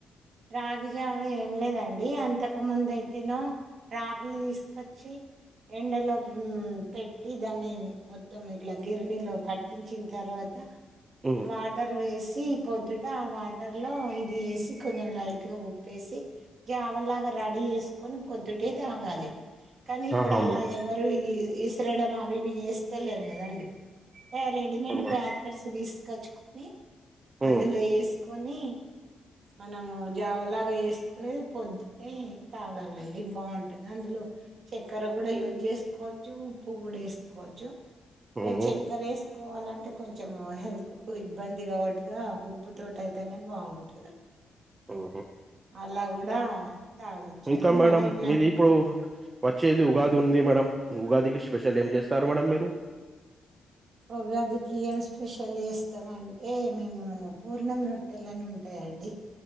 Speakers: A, on the right; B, on the right.
A: రాగిజావ ఏమి లేదండి అంతే ఇంతకు ముందు అయితేనో రాగులు తీసుకొచ్చి ఎండలో పెట్టి దాన్ని మొత్తం ఇట్లా గిరినీలో పట్టించిన తర్వాత
B: హ్మ్.
A: వాటర్ వేసి పొద్దు ట ఆ వాటర్ లో ఇది వేసి కొంచెం లైట్గా ఉప్పేసి జావ లాగా రెడీ చేసుకు కొన్ని పొద్దుటే తాగాలి కానీ ఇప్పుడు
B: ఆహా
A: అలా
B: మేడం
A: ఎవ్వరు విసిరడం అవి ఇవి చేస్తలేరు కదండి హే రెడీమేడ్
B: అవును మేడం
A: ప్యాకెట్స్ తీసుకొచ్చుకొని
B: హ్మ్.
A: అందులో వేసుకొని మనము జావ లాగా చేసుకునేది పొద్దునే తాగాలండి బాగుంటది అందులో చక్కెర కూడా యూజ్ చేసుకోవచ్చు ఉప్పు కూడా వేసుకోవచ్చు
B: హ్మ్.
A: ఇగ చక్కర వేసుకోవాలంటే అంటే కొంచెం హెల్త్ కు ఇబ్బంది కాబట్టిగా ఉప్పు తోటి అయితేనే బాగుంటదండి.
B: హుహు.
A: అలా కూడా తాగొచ్చండి
B: ఇకాా మేడం
A: మళ్ళీ నా
B: మీది ఇప్పుడు వచ్చేది ఉగాది ఉంది మేడం ఉగాదికి స్పెషల్ ఏం చేస్తారు మేడంమ్ మీరు
A: ఉగాదికి ఏం స్పెషల్ ఇస్తామ్ అంటే మేము పూర్ణం రొట్టెలని ఉంటాయండి